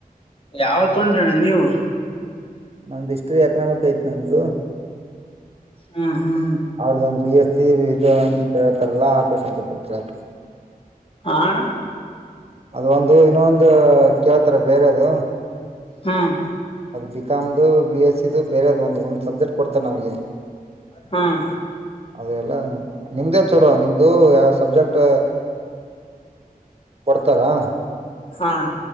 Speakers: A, on the left (about 35°); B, on the right (about 40°).
A: ಯಾವ ತೊಂದ್ರಣ್ಣ ನೀವು
B: ನಮ್ದು ಹಿಸ್ಟ್ರಿ ಎಕನಾಮಿಕ್ ಐತ್ ನಮ್ದು
A: ಹ್ಮ್ ಹ್ಮ್
B: ಅವರು ಬಿ ಎಸ್ ಸಿ ಅಂತ ಹೇಳ್ತಾರಲ್ಲ ಆಕವಷಪಪರ್ಕ್ಷ ಆಗ್ತದೆ
A: ಹ ಅಣ್ಣ
B: ಅದ ಒಂದು ಇನ್ನೊಂದು ಕೇಳ್ತರ್ ಬೇರೆ ಅದು
A: ಹ್ಮ್
B: ಬಿಕಾಮ್ದು ಬಿ ಎಸ್ಸಿದು ಬೇರೆ ಅ್ ಒಂದು ಒಂದ್ ಸಬ್ಜೆಕ್ಟ್ ಕೊಡ್ತಾರೆ ನಮಗೆ
A: ಹ್ಮ್
B: ಅದೆ ಎಲ್ಲ ನಿಮ್ದೇ ಚಲೋ ನಿಮ್ದು ಯಾವ ಸಬ್ಜೆಕ್ಟ್ ಕೊಡ್ತಾರಾ
A: ಹಾ